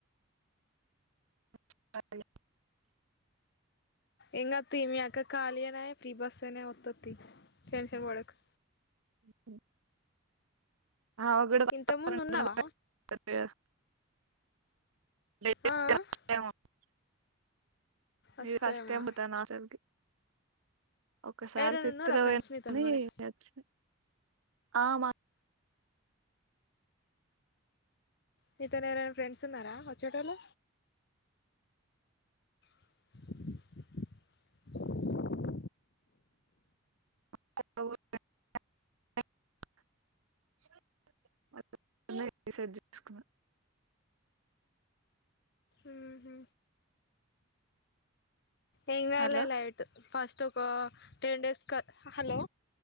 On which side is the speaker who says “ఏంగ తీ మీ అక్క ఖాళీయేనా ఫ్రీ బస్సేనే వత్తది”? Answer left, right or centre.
Left